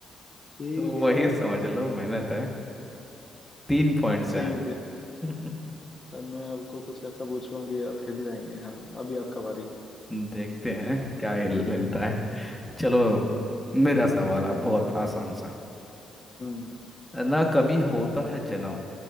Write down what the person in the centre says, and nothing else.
तो
वही समझ लो मेहनत है तीन पॉइंट से
आगे
<laughs>
देखते हैं क्या हिल हिलता है चलो मेरा सवाल है बहुत आसान सा
ना कभी होता है जन्म